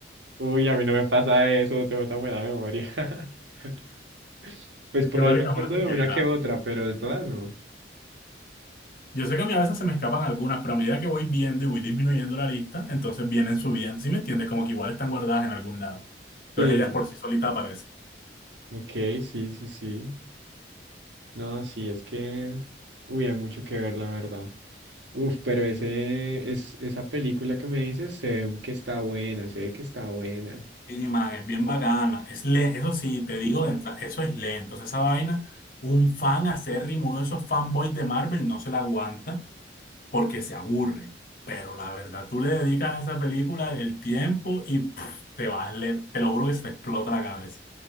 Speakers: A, on the right; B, on the left.
A: Uy, a mí no me pasa eso, tengo tan buena memoria. <laughs> Pues
B: es
A: por
B: que, marica,
A: ahí me acuerdo
B: es una loquera.
A: de una que otra, pero de todas no.
B: Yo sé que a mí a veces se me escapan algunas, pero a medida que voy viendo y voy disminuyendo la lista, entonces vienen subiendo, ¿sí me entiendes? Como que igual están guardadas en algún lado. Entonces
A: Sí,
B: ellas por sí solitas aparecen.
A: ok, sí, sí, sí. No, sí, es que, uy, hay mucho que ver, la verdad. Uf, pero ese, es, esa película que me dices se ve que está buena, se ve que está buena.
B: Sí, man, es bien bacana. Es le- eso sí, te digo de entrada, eso es lento. O sea, esa vaina, un fan acérrimo, uno de esos fanboys de Marvel no se la aguanta porque se aburre. Pero la verdad, tú le dedicas a esa película el tiempo y pff, te vas, le- te lo juro que se te explota la cabeza.